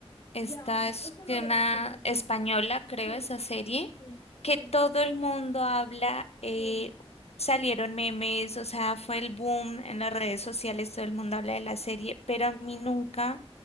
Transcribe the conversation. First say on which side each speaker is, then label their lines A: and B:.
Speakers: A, on the left; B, on the left.
A: esta
B: ya,
A: es
B: esa no
A: que
B: la
A: una
B: he visto, por ejemplo.
A: española, creo,
B: Sí,
A: esa serie,
B: sí,
A: que
B: sí,
A: todo el mundo habla,
B: sí,
A: eh, salieron memes, o sea, fue el boom en las redes sociales, todo el mundo habla de la serie, pero a mí nunca